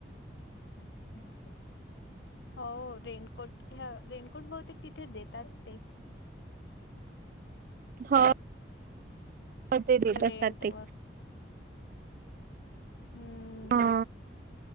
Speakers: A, on the left (about 70°); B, on the right (about 50°).
A: <unintelligible> हो, रेनकोट घ्या, रेनकोट बहुतेक तिथे देतात ते. <unintelligible>
B: हो, हो ते देत
A: रेंट
B: असतात ते.
A: वर हम्म.
B: हा,